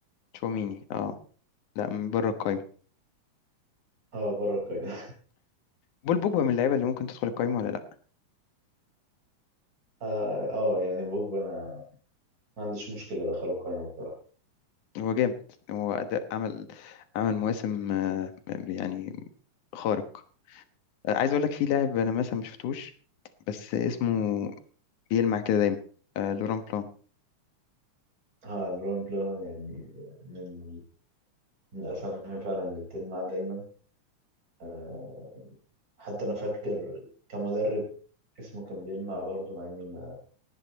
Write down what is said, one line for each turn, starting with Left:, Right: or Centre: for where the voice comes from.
Left: تشواميني اه لا من بره القايمة
Right: اه بره القايمة
Left: بول بوجبا من اللعيبه اللي ممكن تدخل القايمه ولا لا
Right: اه آه، يعني بوجبا انا ما عنديش مشكلة ادخله القايمة بصراحة
Left: هو جامد هو اداء عمل عمل مواسم آه، يعني خارق آه، عايز اقول لك في لاعب انا مثلا مش شفتوش بس اسمه بيلمع كده دايما آه، لوران بلان
Right: اه الرامبلا يعني من من الاسامي فعلا اللي بتلمع دايما آه حتى انا فاكر كمدرب اسمه كان بيلمع برضه مع اني ما